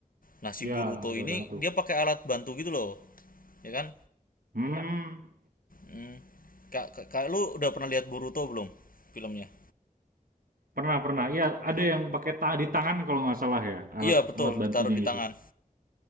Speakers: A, on the left; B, on the right.
A: Nah, si
B: ya
A: Boruto
B: pakai
A: ini
B: alat bantu
A: dia pakai alat bantu gitu loh. Ya kan?
B: hmm
A: Hmm. Kak, kak, kak, lu udah pernah lihat Boruto belum filmnya?
B: pernah pernah ya ada yang pakai ta di tangan kalau nggak salah ya alat
A: Iya betul,
B: alat bantunya
A: ditaruh di
B: itu
A: tangan.